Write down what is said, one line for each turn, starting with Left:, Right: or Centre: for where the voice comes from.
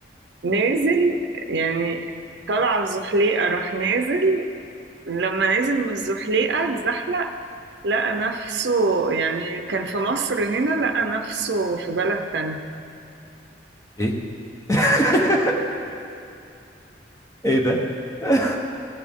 Right: نازل يعني طلع الزحليقة راح نازل لما نزل من الزحليقة اتزحلق لقى نفسه يعني كان في مصر هنا لقى نفسه في بلد تاني
Left: ايه <laughs> ايه ده <laughs>